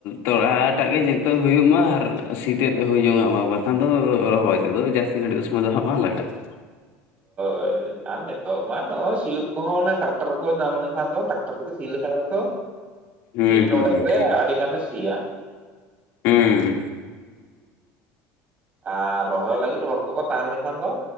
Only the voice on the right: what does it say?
<inaudible> ᱟᱨ ᱱᱤᱛᱚᱜ ᱢᱟ ᱱᱚᱜᱼᱚᱭ ᱥᱤᱭᱳᱜ ᱠᱚᱦᱚᱸ ᱚᱱᱮ ᱴᱟᱠᱴᱟᱨ ᱠᱚ ᱧᱟᱢ ᱞᱮᱱᱠᱷᱟᱱ ᱫᱚ ᱴᱟᱠᱴᱟᱨ ᱠᱚ ᱛᱮ ᱥᱤ ᱞᱮᱠᱷᱟᱱ ᱜᱮᱛᱚ
ᱢᱤᱫ
ᱰᱚᱸᱰᱮ
ᱨᱮ
ᱟᱹᱰᱤ ᱜᱟᱱᱮ ᱥᱤᱭᱟ ᱾
ᱟᱨ ᱨᱚᱦᱚᱭ ᱞᱟᱹᱜᱤᱫ ᱦᱚᱲ ᱠᱚᱠᱚ ᱛᱟᱦᱮᱸ ᱞᱮᱱᱠᱷᱟᱱ ᱫᱚ